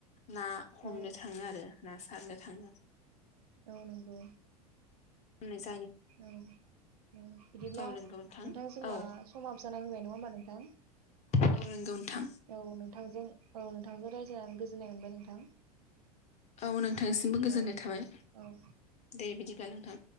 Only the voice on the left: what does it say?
ना हमनो
थाङो आरो ना सारनो थाङो।
<inaudible>
औ नंगौ
औ
औ नोंगौ नोंथां।
औ नोंथांनिसिमबो गोजोननाय
थाबाय
दे बिदिब्ला नोंथां